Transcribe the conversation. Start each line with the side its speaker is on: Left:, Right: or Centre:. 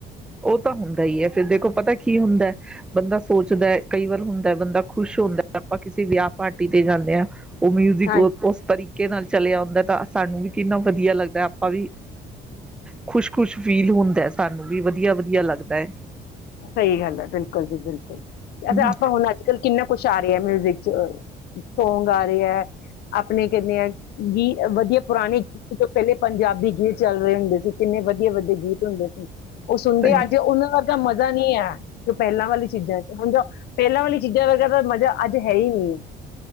Centre: ਓ ਤਾਂ ਹੁੰਦਾ ਈ ਐ, ਫਿਰ ਦੇਖੋ ਪਤਾ ਕੀ ਹੁੰਦੈ ਬੰਦਾ ਸੋਚਦਾ ਐ ਕਈ ਵਾਰ ਹੁੰਦੈ ਬੰਦਾ ਖੁਸ਼ ਹੁੰਦਾ ਆਪਾਂ ਕਿਸੇ ਵੇਆ ਪਾਟੀ ਤੇ ਜਾਂਦੇ ਆਂ। ਓ ਮਿਊਜ਼ਿਕ
Left: ਹਾਂਜੀ
Centre: ਉਸਸ ਤਰੀਕ- ਨਾਲ ਚਲਿਆ ਓਂਦਾ ਤਾਂ ਸਾਨੂੰ ਵੀ ਕਿੰਨਾ ਵਧੀਆ ਲੱਗਦਾ ਆਪਾਂ ਵੀ, ਖੁਸ਼ ਖੁਸ਼ ਫੀਲ ਹੁੰਦੈ ਸਾਨੂੰ ਵੀ ਵਧੀਆ ਵਧੀਆ ਲੱਗਦੈ।
Left: ਸਈ ਗੱਲ ਐ ਬਿਲਕੁਲ ਜੀ ਬਿਲਕੁਲ ਐਜ਼
Centre: ਹਮ
Left: ਆਪਾਂ ਹੁਣ ਅੱਜ ਕੱਲ੍ਹ ਕਿੰਨਾ ਕੁਛ ਆ ਮਿਊਜ਼ਿਕ ਚ ਸੌਂਗ ਆ ਰਏ ਐ ਆਪਣੇ ਕਿੰਨੇ ਆਏ? ਗੀ ਵਧੀਆ ਪੁਰਾਣੇ ਗੀਤ ਤੋਂ ਪੈਲੇ ਪੰਜਾਬੀ ਗੀਤ ਚੱਲ ਰਏ ਹੁੰਦੇ ਸੀ, ਕਿੰਨੇ ਵਧੀਆ ਵਧੀਆ ਗੀਤ <unintelligible> ਓਹ ਸੁਨਦੇ
Centre: ਸਹੀ
Left: ਅਜ ਓਨਾਂ ਵਰਗਾ ਮ ਨਈ ਐ, ਜੋ ਪੈਲਾਂ ਵਾਲੀ ਚੀਜਾ ਚ, ਹੁਣ ਪੈਲਾਂ ਵਾਲੀ ਚੀਜਾਂ ਵਰਗਾ ਮਜ਼ਾ ਅੱਜ ਹੈ ਹੀ ਨਹੀਂ,